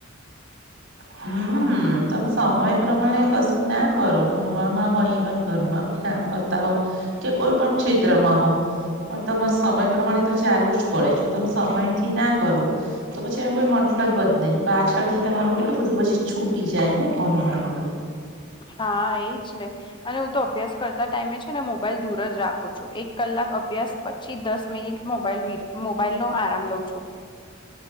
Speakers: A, on the right (about 60°); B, on the left (about 25°).
A: હમ તમે સમય પ્રમાણે કશું ના કરો ભણવામાં હોય ઈવન ઘરમાં બી. કામ કરતા હોય, કે કોઈ પણ ક્ષેત્રમાં હો, પણ તમા સમય પ્રમાણે
B: હમ.
A: તો ચાલુ જ પડે જો તમે સમય થી ના કરો. તો પછી એનો કોઈ મતલબ જ નહીં પાછળથી તમારું કેટું બધું પછી છૂટી જાય ને ભમવામાંમાં બી.
B: હા એજ ને, અને હું તો અભ્યાસ કરતા ટાઈમે છે ને મોબાઈલ દૂર જ રાખું છું. એક કલાક અભ્યાસ પછી દસ મિનિટ મોબાઈલ મોબાઈલ નો આરામ લઉં છું.